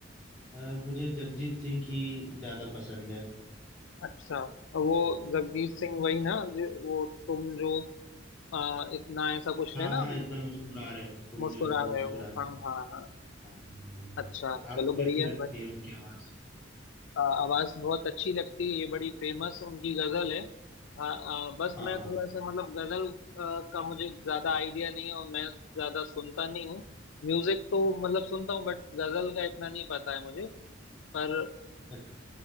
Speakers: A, in the centre; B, on the left (about 70°).
A: अ, मुझे जगजीत सिंह की ज्यादा पसंद है
B: अच्छा तो वो जगजीत सिंह वही ना जो वो तुम जो अ, इतना ऐसा कुछ
A: हाँ
B: है
A: हाँ
B: ना
A: इतना मुस्कुरा रहे तुम
B: मुस्कुरा
A: जो इतना मुस्कुरा
B: रहे हो
A: रहे
B: हाँ हाँ हाँ
A: हाँ हम्म,
B: अच्छा
A: आपको
B: चलो
A: कैसी
B: बढ़िया
A: लगती
B: है भाई
A: है उनकी आवाज
B: आ, आवाज बहुत अच्छी लगती है ये बड़ी फेमस उनकी गजल है हाँ आ, बस
A: हाँ
B: मैं
A: हाँ
B: थोड़ा सा मतलब गजल आ, का मुझे ज्यादा आइडिया नहीं है और मैं ज्यादा सुनता नहीं हूँ म्यूजिक तो मतलब सुनता हूँ बट गजल का इतना नहीं पता है मुझे पर
A: अच्छा